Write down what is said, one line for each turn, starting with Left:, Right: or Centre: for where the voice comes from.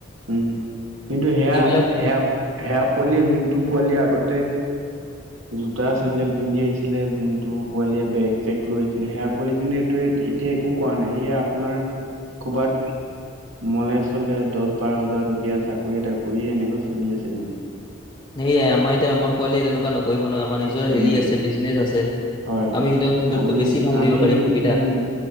Right: উম কিন্তু সেয়া,
Left: সেইবিলাক
Right: সেয়া, সেয়া পোৱালিয়ে যোনটো পোৱালিয়ে আগতে
Left: <unintelligible>
Right: জোতা, চেণ্ডেল পিন্ধি আহিছিলে, যোনটো পোৱালিয়ে বেগ-চেগ লৈ আহিছিলে, সেয়া পোৱালি কিন্তু এইটো এতি এতিয়া একো কোৱা নাই, এয়ে আপোনাৰ খোবাত মলে-চলে দচ, বাৰ হাজাৰ টকীয়া চাকৰি এটা কৰি এনেকৈ চলি আছে কিন্তু।
Left: সেয়াই, আমাৰ এতিয়া আমাৰ পোৱালিয়ে তেনেকুৱ নকৰিব নহয়, আমাৰ নিজ নিজ হেৰি
Right: উম
Left: আছে বিজনেচ আছে,
Right: হয়
Left: আমি সিহঁতক সিহততকৈ
Right: আমি
Left: বেছি ভাল
Right: আমি
Left: দিব পাৰিম সুবিধা।
Right: উম